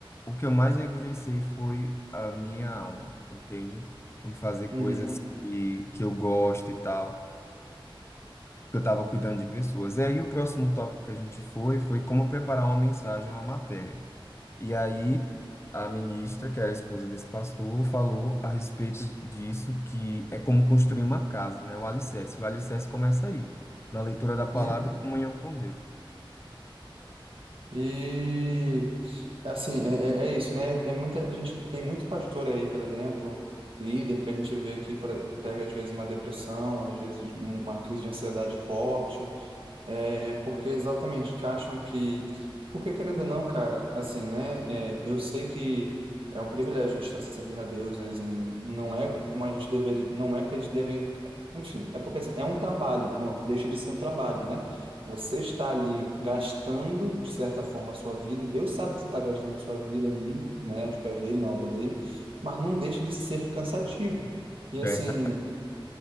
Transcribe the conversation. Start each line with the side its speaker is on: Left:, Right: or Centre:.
Left: O que eu mais negligenciei foi a minha alma, entende? Em fazer
Right: Uhum.
Left: coisas que, que eu gosto e tal que eu estava cuidando de pessoas. E aí o próximo tópico que a gente foi foi como preparar uma mensagem, uma matéria. E aí a ministra, que era a esposa desse pastor, falou a respeito disso, que é como construir uma casa, né? O alicerce. O alicerce começa aí, na leitura da palavra,
Right: Sim.
Left: e comunhão com Deus.
Right: E assim, é, é é isso, né? Tem muita gente que tem muito pastor aí, por exemplo, líder que a gente vê que por- pega às vezes uma depressão, às vezes um- uma crise de ansiedade forte. É porque exatamente acham que. Porque, querendo ou não, cara, assim, né? é, eu sei que é um privilégio a gente estar servindo a Deus, né? Assim, não é como a gente deveria. Não é que a gente deve. Enfim, é porque assim, é um trabalho, não deixa de ser um trabalho, né? Você está ali gastando, de certa forma, a sua vida, e Deus sabe que você está gastando a sua vida ali, né? Aos pés dele, na obra dele, mas não deixa de ser cansativo. E assim.
Left: Certo.